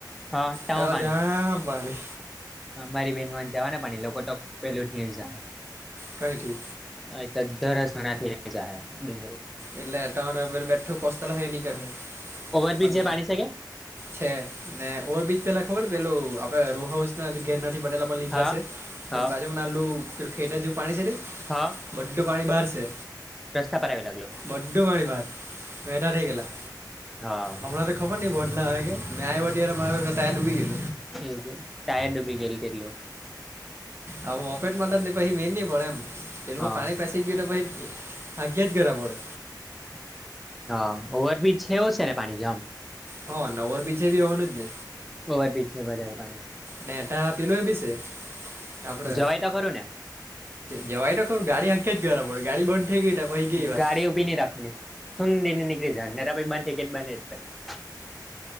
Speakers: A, in the centre; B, on the right.
A: હા ટાવ
B: ત્યાં
A: પાણી.
B: જામ પાણી
A: હ મારી બેહેનમાંને જવા ને પણ એ લોકો તો પેલું થી જ
B: કય થી.
A: હ તો દરસણા થી ર જ હ ડુંગરી
B: એટલે એટ પે બેઠું કોતા <inaudible> લ એની કરશે
A: ઓવરબ્રિજ
B: પણ
A: જે પાણી શકે.
B: છે ને ઓવરબીજ પેલા ખબર પેલું આપડે રોહાઉસ ના ગેરનાથી બનેલો પણ લીધેલા
A: હા
B: છે
A: હા
B: બાજુ <inaudible> માં નાલુંેું ખે જેવું પાણી છે
A: હા.
B: બંડ્ડ પાણી બહાર છે.
A: રસ્તા પર એવ લાગલો.
B: બડ્ડું વાળી માણ <inaudible> બેેટર થઈ ગલા
A: હા.
B: અમાણા તો ખબર બદલા અ કે મે્યાય વતીલે <inaudible> માતા તયા ડબી ગ
A: એવું ટાયર ડુબી ગયેલ એટલું.
B: આ મોફેટ માતન દપ હી મેનની પડે એમ તેલમાં
A: હા
B: પાણી પેસી ગયું તો પછી ભાગ્યા જ કર પડે.
A: હા ઓવરબ્રિજ છે ઓ છે ને પાણી જામ
B: હા નવર બીજે ભી હોવાનું જ ને.
A: ઓવરબ્રિજ છે વઘારે પાણી છે
B: ને તા પેલું એ બી છે આપડે
A: જવાય તો ખરું ને.
B: જવાય તો ખરુ ગાડી આંખે જ ગરાબડે ગાડી બંધ. થઈ ગઈ તા પહી ગઈ વાત
A: ગાડી ઊભી નહી રાખવાની શન દ નેઇ નિકળી જવાનું ને તો પછે બંધ થઇ તો બને નહિ.